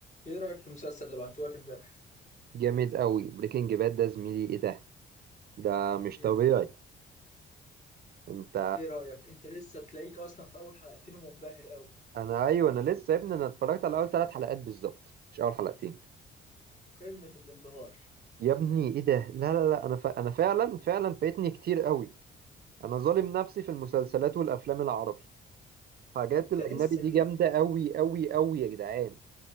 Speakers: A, on the left (about 35°); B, on the right (about 50°).
A: ايه رأيك في المسلسل اللي بعتهولك امبارح؟
B: جامد قوي بريكنج باد ده زميلي ايه ده ده مش
A: ايه
B: طبيعي
A: رأيك؟
B: انت
A: ايه رأيك؟ انت لسه تلاقيك اصلا في اول حلقتين ومنبهر قوي،
B: انا ايوه انا لسه يا ابني انا اتفرجت على اول ثلاث حلقات بالظبط مش اول حلقتين
A: قمة الانبهار،
B: يا ابني ايه ده لا لا لا انا ف... انا فعلا فعلا فايتني كتير قوي انا ظالم نفسي في المسلسلات والافلام العربي حاجات
A: ده انت
B: الاجنبي
A: لسه
B: دي
A: كده؟
B: جامده قوي قوي قوي يا جدعان